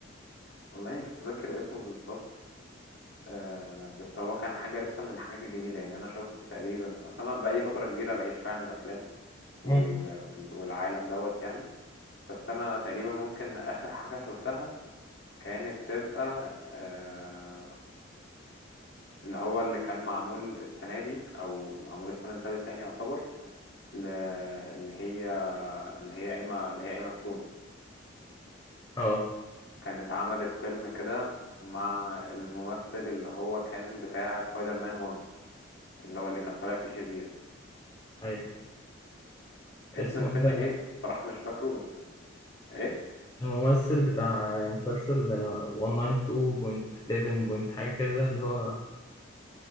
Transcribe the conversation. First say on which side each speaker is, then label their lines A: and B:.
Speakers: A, on the left (about 70°); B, on the left (about 20°).
A: والله مش متذكر اسمه بالظبط آه بس هو كان حاجة لسه من الحاجات الجديدة يعني أنا شفت تقريبا أصل أنا بقالي فترة كبيرة بعيد شوية عن الأفلام وال...
B: مم.
A: وال... والعالم دوت يعني بس انا تقريبا ممكن اخر حاجة شفتها كانت تبقى آه اللي هو اللي كان معمول السنة دي او معمول السنة اللي فاتت يعني يعتبر ل- اللي هي اللي هي ايما اللي هي ايما ستون
B: اه
A: كانت عملت فيلم كده مع الممثل اللي هو كان بتاع سبايدر مان 1 اللي هو اللي كان طالع فيه شرير
B: أيوه اسمه
A: اسم الفيلم
B: إيه ده؟
A: ايه بصراحة مش فاكره بس ايه
B: الممثل بتاع مسلسل 192.11 بوينت حاجة كده ده اللي هو